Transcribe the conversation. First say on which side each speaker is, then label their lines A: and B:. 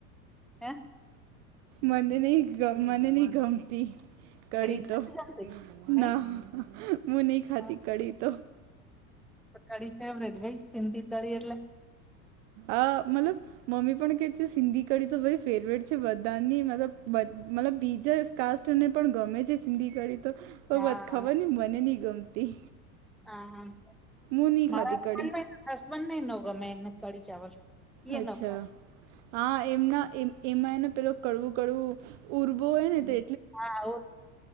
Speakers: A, in the centre; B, on the right.
A: હે
B: મને નહી મને નહીં ગમતી કઢી
A: નથી
B: તો.
A: ગમતી નહી
B: ના, હ હું નહી ખાતી
A: હ
B: કઢી તો.
A: કી ફેવરેટ ભાઈ સિંધિ કઢી એટલે
B: આ મતલબ મમ્મી પણ કે છે સિંધી કડી તો બધાની ફેવરેટ છે બધાની મતલબ મતલબ બીજા કાસ્ટ ને પણ ગમે છે સિંધી કઢી તો
A: હા.
B: વાત ખવાર મને નહ ગમતી.
A: હા
B: હું નહીં
A: મારા
B: ખાતી કડી
A: હબસબ ન ન ગમે કઢી ચાવલ. એ
B: અચ્છા.
A: ન ખાય
B: હા, એમના એ એમાં એને પેલો કડવું કડવું ઉરવો હોય ને તે.
A: હાર